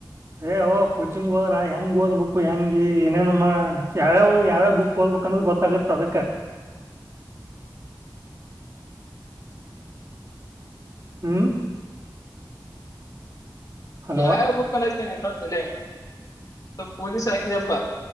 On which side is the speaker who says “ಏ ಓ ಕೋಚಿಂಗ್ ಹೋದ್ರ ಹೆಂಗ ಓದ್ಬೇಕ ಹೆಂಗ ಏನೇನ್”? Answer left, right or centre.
Right